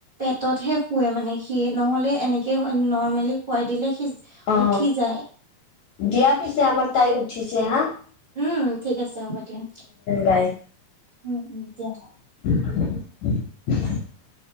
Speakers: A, on the right (about 25°); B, on the left (about 65°).
A: হাততহে শুৱে মানে সি নহ'লে এনেকে নৰ্মেলি খুৱাই দিলে সি
B: অ,
A: উঠি যায়
B: দিয়া পিছে আমাৰ তাই উঠিছে হাহ।
A: উম, ঠিক আছে হ'ব দিয়া।
B: বাই।
A: উম - উম দিয়া।
B: <inaudible>